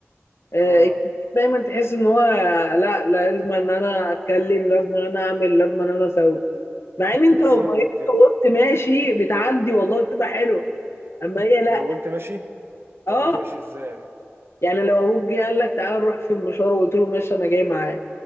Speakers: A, on the right; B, on the left.
A: <laughs>
B: آه
A: اه
B: الكبير دايما تحس ان هو لا لازم ان انا اتكلم لازم ان انا اعمل لازم ان انا اسوي مع ان انت
A: بالظبط
B: لو مريت
A: كده
B: وقلت ماشي بتعدي والله بتبقى حلوه اما هي لا
A: لو قلت ماشي
B: اه
A: لو قلت ماشي ازاي انا
B: يعني لو ابوك جه قال لك تعالى نروح في المشوار وقلت له ماشي انا جاي معاك